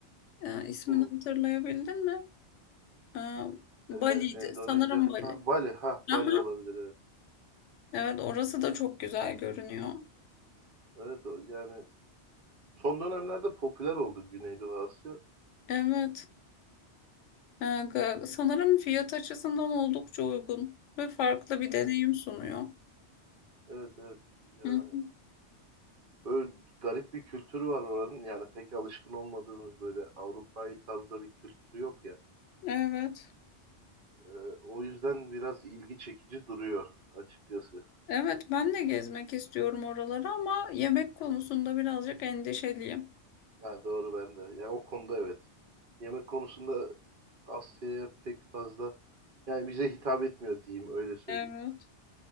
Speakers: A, on the left; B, on the right.
A: Ee, ismini
B: Hmm.
A: hatırlayabildin mi? Ee, Bali'ydi.
B: Ee, Endonezya.
A: Sanırım Bali.
B: Ha Bali. Ha
A: Aha,
B: Bali olabilir evet.
A: evet orası da çok güzel görünüyor.
B: Evet o yani son dönemlerde popüler oldu Güneydoğu Asya.
A: Evet. Ee, ga- sanırım fiyat açısından oldukça uygun ve farklı bir
B: Evet
A: deneyim sunuyor.
B: evet evet. Yani
A: Hı hı,
B: Böyle garip bir kültürü var oranın. Yani pek alışkın olmadığımız böyle Avrupa'yı tarzda bir kültürü yok ya.
A: Evet.
B: Ee, o yüzden biraz ilgi çekici duruyor açıkçası.
A: Evet ben de gezmek istiyorum oraları ama yemek konusunda birazcık endişeliyim.
B: Ha, doğru ben de. Yani o konuda evet. Yemek konusunda Asya'ya pek fazla yani bize hitap etmiyor diyeyim öyle söyleyeyim.
A: Evet.